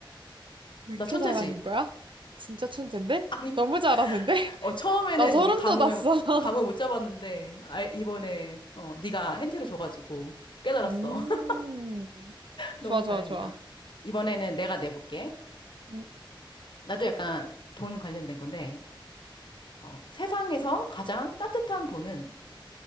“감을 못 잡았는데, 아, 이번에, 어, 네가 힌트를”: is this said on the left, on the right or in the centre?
Left